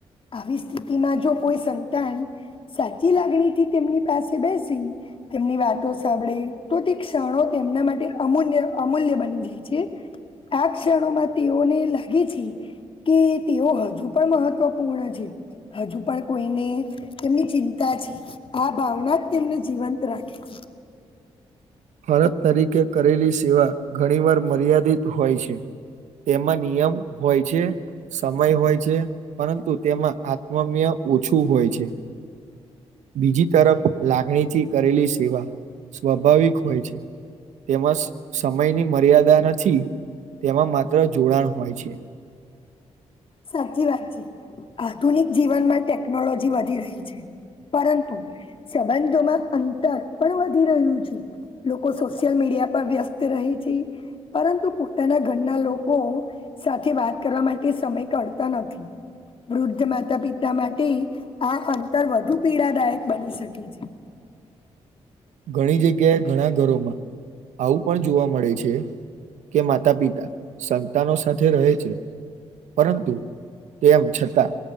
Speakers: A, on the left; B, on the right.
A: આવી સ્થિતિમાં જો કોઈ સંતાન સાચી લાગણીથી તેમની પાસે બેસી તેમની વાતો સાંભળે તો તે ક્ષણો તેમના માટે અમૂલ્ય અમૂલ્ય બની જાય છે. આ ક્ષણોમાં તેઓને લાગે છે કે તેઓ હજુ પણ મહત્વપૂર્ણ છે હજુ પણ કોઈને તેમની ચિંતા છે. આ ભાવના જ તેમને જીવંત રાખે છે.
B: <inaudible> ફરક તરીકે કરેલી સેવા ઘણી વાર મર્યાદિત હોય છે. તેમાં નિયમ હોય છે. સમય હોય છે પરંતુ તેમાં આત્મમય ઓછું હોય છે. બીજી તરફ લાગણીથી કરેલી સેવા સ્વાભાવિક હોય છે. તેમજ સમયની મર્યાદા નથી. તેમાં માત્ર જોડાણ હોય છે.
A: સાચી વાત છે આધુનિક જીવનમાં ટેકનોલોજી વધી રહી છે. પરંતુ સંબંધોમાં અંતર પણ વધી રહ્યું છે. લોકો સોશિયલ મીડિયા પર વ્યસ્ત રહે છે પરંતુ પોતાના ઘરના લોકો સાથે વાત કરવા માટે સમય કાઢતા નથી. વૃદ્ધ માતા પિતા માટે આ અંતર વધુ પીડાદાયક બની શકે છે.
B: <inaudible> ઘણી જગ્યાએ ઘણા ઘરોમાં આવું પણ જોવા મળે છે. કે માતા પિતા સંતાનો સાથે રહે છે પરંતુ તેમ છતાં